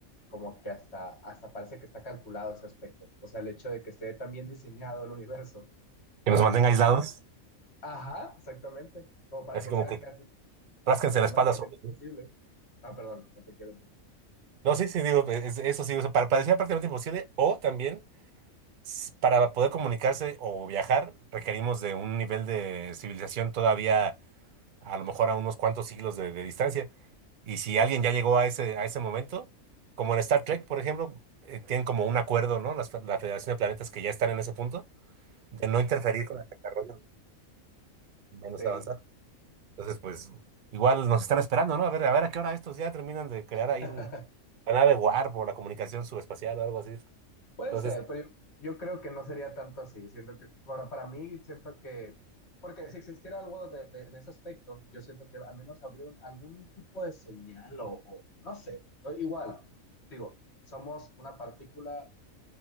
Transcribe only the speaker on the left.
como que hasta, hasta parece que está calculado ese aspecto. O sea, el hecho de que esté tan bien diseñado el universo, como
para
que... Ajá, exactamente, como para
que
sea
casi
matemáticamente
imposible.
Ah, perdón, no te quiero interrumpir.
Sí.
<laughs>
Puede
ser, pero yo, yo creo que no sería tanto así. Siento que, para, para mí, siento que, porque si existiera algo de, de- en ese aspecto, yo siento que al menos habría un- algún tipo de señal o, o no sé. O Igual, digo, somos una partícula